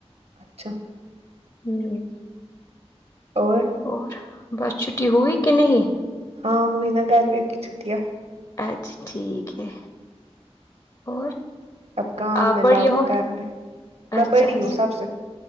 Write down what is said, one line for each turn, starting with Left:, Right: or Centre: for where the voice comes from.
Right: اچھا
Left: ہوں
Right: اور
Left: اور بس چھٹی ہوئی کہ نہیں
Right: ہاں ہوئی نا گرمیوں کی چھٹیاں
Left: اچھا ٹھیک ہے اور
Right: اب کام
Left: آپ
Right: ملا
Left: بڑی
Right: وہ
Left: ہو
Right: کرنا
Left: کہ-
Right: میں
Left: اچھا
Right: بڑی
Left: اچھا
Right: ہوں سب سے